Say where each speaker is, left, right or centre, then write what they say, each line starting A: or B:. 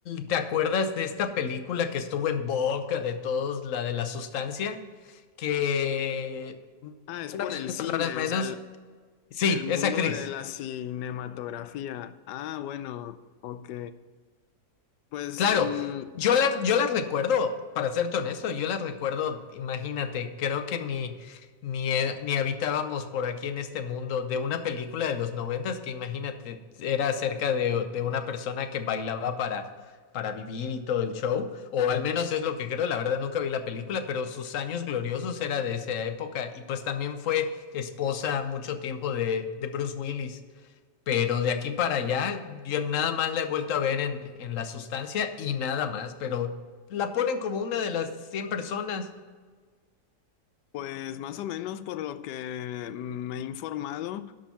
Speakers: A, on the left (about 55°); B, on the left (about 75°).
A: te acuerdas de esta película que estuvo en boca de todos, la de la sustancia, que... bueno,
B: Ah, es por
A: en
B: el
A: unas
B: cine,
A: Palabras menos.
B: o sea, el,
A: Sí,
B: el mundo
A: es actriz.
B: de la cinematografía. Ah, bueno, ok. Pues,
A: Claro,
B: mm,
A: yo las yo las recuerdo, para serte honesto, yo las recuerdo, imagínate, creo que ni, ni, e- ni habitábamos por aquí en este mundo de una película de los noventas que imagínate, era acerca de, de una persona que bailaba para, para vivir y todo el show, o al menos es lo que creo, la verdad nunca vi la película, pero sus años gloriosos era de esa época y pues también fue esposa mucho tiempo de, de Bruce Willis. Pero de aquí para allá, yo nada más la he vuelto a ver en, en La Sustancia y nada más, pero la ponen como una de las cien personas.
B: pues más o menos por lo que mm, me he informado.